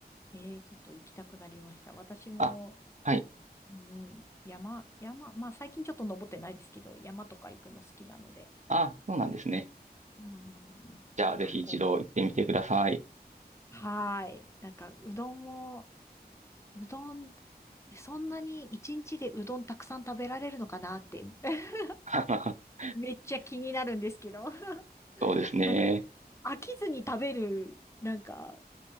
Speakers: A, on the left; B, on the right.
A: えー、ちょっと行きたくなりました。私も、
B: あ、はい。
A: うん、山、山、まあ最近ちょっと登ってないですけど、山とか行くの好きなので、
B: あ、そうなんですね。
A: うんうんうん。
B: じゃあ、
A: なんかこ
B: ぜひ一度行ってみてください。
A: う、はーい。なんかうどんも、うどん、そんなに一日でうどんたくさん食べられるのかなって、<laughs>
B: <laughs>
A: めっちゃ気になるんですけど、<laughs>
B: そうですね。
A: なんか飽きずに食べる、なんか、